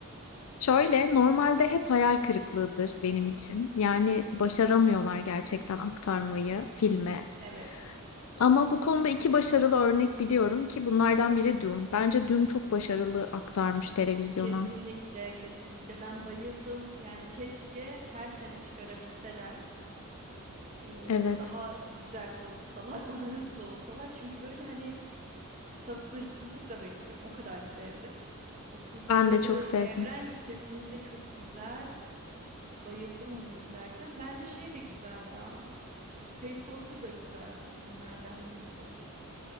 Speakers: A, on the left; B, on the right.
A: Şöyle normalde hep hayal kırıklığıdır benim için. Yani başaramıyorlar gerçekten aktarmayı filme.
B: Evet.
A: Ama bu konuda iki başarılı örnek biliyorum ki bunlardan biri Dune. Bence Dune çok başarılı aktarmış televizyona.
B: Kesinlikle, kesinlikle. Ben bayıldım. Yani keşke her sene çıkarabilseler. e,
A: Evet,
B: daha güzel çalışsalar, <laughs> daha hızlı olsalar. Çünkü böyle hani sabırsızlıkla bekliyorum. O kadar sevdim. O kurdukları
A: ben de çok sevdim.
B: evren kesinlikle çok güzel. Bayıldım onu izlerken. Bence şey de güzel ya. Harry Potter da güzel filmlerden birisi.